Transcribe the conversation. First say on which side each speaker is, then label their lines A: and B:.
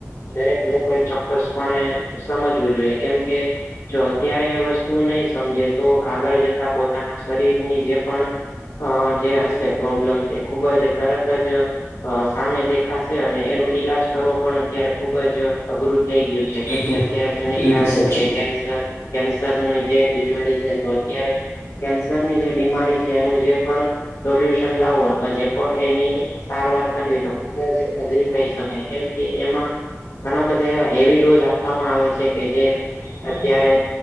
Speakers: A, on the left (about 80°); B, on the left (about 65°).
A: દરેક લોકોએ ચોક્કસપણે સમજવું જોઈએ કેમ કે જો અત્યારે એ વસ્તુ નહી સમજે તો આગળ જતા પોતાના શરીરની જે પણ અ જે હશે પ્રોબ્લેમ તે ખુબ જ તરત જ અ સામે દેખાશે અને એનું ઈલાજ કરવો પણ અત્યારે ખુબ જ અઘરું થઈ ગયું છે કેમ
B: એ તો
A: કે અત્યારે તમને ખ્યાલ
B: એ તો સાચું
A: હશે કે કેન્સર કેન્સરનું ય જે બીમારી છે તો અત્યારે કેન્સરની જે બીમારી છે એનું જે પણ સોલ્યુશન લાવું અથવા જે પણ એની સારવાર કરવી તો ખુબ જ અઘરી કહી શકાય કેમ કે એમાં ઘણા બધા એવા હેવી ડોઝ આપવામાં આવે છે કે જે અત્યારે